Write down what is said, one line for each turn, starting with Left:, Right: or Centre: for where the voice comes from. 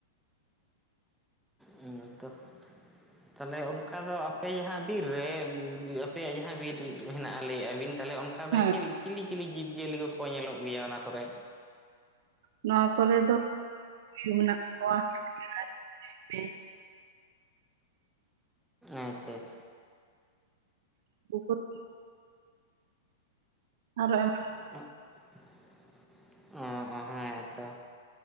Centre: ᱦᱩᱸ ᱛᱚ᱾ ᱛᱟᱦᱚᱞᱮ ᱚᱱᱠᱟ ᱫᱚ ᱟᱯᱮ ᱡᱟᱦᱟᱸ ᱵᱤᱨ ᱨᱮ ᱟᱯᱮᱭᱟᱜ ᱡᱟᱦᱟᱸ ᱵᱤᱨ ᱦᱮᱱᱟᱜᱼᱟ ᱞᱟᱹᱭᱮᱫ ᱟᱹᱵᱤᱱ ᱛᱟᱦᱚᱞᱮ ᱚᱱᱠᱟ ᱟᱫᱚ
Right: ᱦᱮᱸ
Centre: ᱪᱮᱫ ᱪᱤᱞᱤ ᱪᱤᱞᱤ ᱡᱤᱵᱽ ᱡᱤᱭᱟᱹᱞᱤ ᱠᱚᱠᱚ ᱧᱮᱞᱚᱜ ᱜᱮᱭᱟ ᱚᱱᱟ ᱠᱚᱨᱮ?
Right: ᱱᱚᱣᱟ ᱠᱚᱨᱮ ᱫᱚ ᱤᱭᱟᱹ ᱢᱮᱱᱟᱜ ᱠᱚᱣᱟ <unintelligible>
Centre: ᱟᱪᱪᱷᱟ ᱟᱪᱪᱷᱟ᱾
Right: <unintelligible> ᱟᱨ ᱦᱚᱸ ᱮᱢ
Centre: <unintelligible> ᱚᱸ ᱦᱚᱸ ᱦᱮᱸᱛᱚ